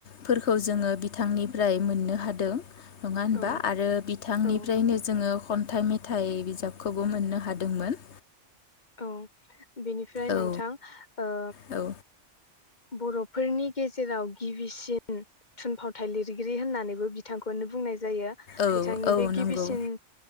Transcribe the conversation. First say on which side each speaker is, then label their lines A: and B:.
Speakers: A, on the left (about 65°); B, on the left (about 35°).
A: फोरखौ जोंङो बिथांनिफ्राय मोननो हादों। नंङा होनबा?
B: औ
A: आरो बिथांनिफ्रायनो
B: औ
A: जोंङो। खन्थाइ मेथाइ बिजाबखौबो मोननो हादोंमोन।
B: औ बेनिफ्राय
A: औ
B: नोंथां ओ
A: औ
B: बर'फोरनि गेजेराव गिबिसिन थुनफावथाय लिरगिरि होननानैबो बिथांखौनो बुंनाय जायो। जायो
A: औ
B: बिथांनि
A: औ
B: बे गिबिसिन
A: नंगौ